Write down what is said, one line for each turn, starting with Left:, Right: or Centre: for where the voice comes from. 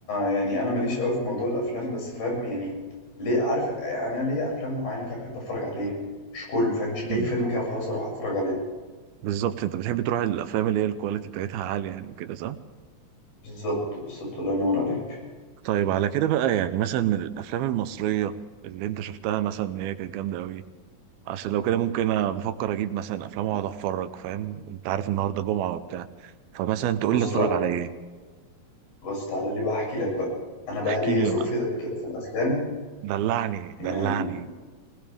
Left: يعني انا ماليش قوي في موضوع الافلام بس فاهم يعني ليه عارف يعني انا ليا افلام معينه كده بحب اتفرج عليها مش كله فاهم مش
Right: امم
Left: اي فيلم كده خلاص اروح اتفرج عليه
Right: بالظبط انت بتحب تروح الافلام اللي هي الكواليتي بتاعتها عاليه يعني كده صح
Left: بالظبط بالظبط الله ينور عليك
Right: طيب على كده بقى يعني مثلا من الافلام المصريه اللي انت شفتها مثلا ان هي كانت جامده قوي عشان لو كده ممكن انا بفكر اجيب مثلا افلام واقعد اتفرج فاهم انت عارف النهارده جمعه وبتاع فمثلا تقول
Left: بص
Right: لي اتفرج
Left: بقى
Right: على ايه
Left: بص تعالى لي بقى احكي لك بقى انا بقى
Right: احكي
Left: ليا
Right: لي
Left: ذوق
Right: يا معلم
Left: في- كده في الافلام
Right: دلعني
Left: يعني
Right: دلعني